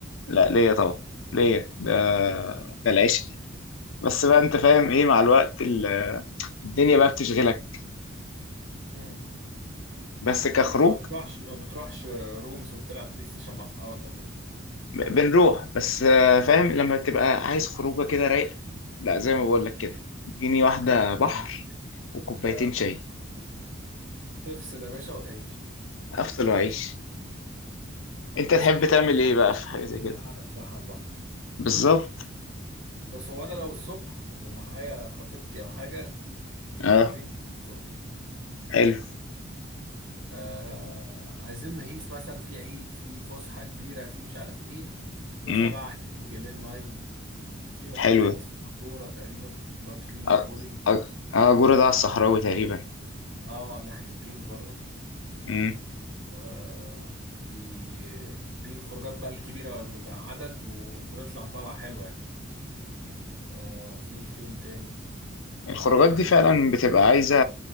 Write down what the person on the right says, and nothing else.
امم
لكن ما بتروحش ما بتروحش رومز وتلعب بلاي ستيشن مع اصحابك او كده
يبقى-
آه.
تفصل يا باشا وتعيش
هي
بصراحه
احلى
احلى
قعده بصراحه على البحر
بس هو انا لو الصبح ومعايا خطيبتي او حاجه يبقى
جرين بلازا الصبح
آه عايزين نهيس مثلا في عيد في فسحه كبيره في مش عارف ايه نطلع
بقى على كينج لين 9 في مكان
تاني اسمه كورة تقريبا برضه في
بولينج
اه ناحية الكينج برضه
آه في دي الخروجات بقى الكبيرة بقى، بيبقى عدد و- ونطلع طلعة حلوة يعني آه في فين تاني
آه